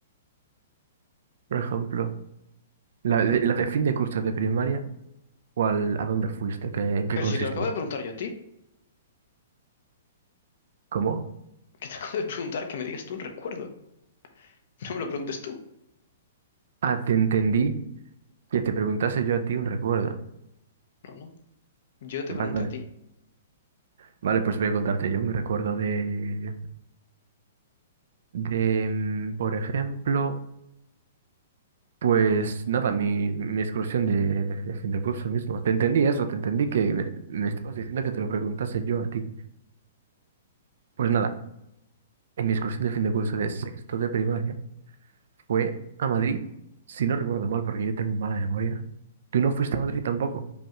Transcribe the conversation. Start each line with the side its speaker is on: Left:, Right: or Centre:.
Right: por ejemplo? ¿La de, la de fin de curso de primaria? ¿O al- a dónde fuiste? ¿Qué- en qué
Left: Pero
Right: consistió?
Left: si te lo acabo de preguntar yo a ti,
Right: ¿Cómo?
Left: que te <laughs> acabo de preguntar que me digas tú un recuerdo. <laughs> No me lo preguntes tú.
Right: Ah, te entendí que te preguntase yo a ti un recuerdo.
Left: No, no. Yo te
Right: Vale,
Left: pregunté
Right: vale.
Left: a ti.
Right: Vale, pues voy a contarte yo mi recuerdo de, de, mm, por ejemplo, pues nada, mi, mi excursión de, de fin de curso mismo. Te entendí eso, te entendí que me me estabas diciendo que te lo preguntase yo a ti. Pues nada. En mi excursión de fin de curso de sexto de primaria fue a Madrid, si no recuerdo mal, porque yo tengo mala memoria. ¿Tú no fuiste a Madrid tampoco?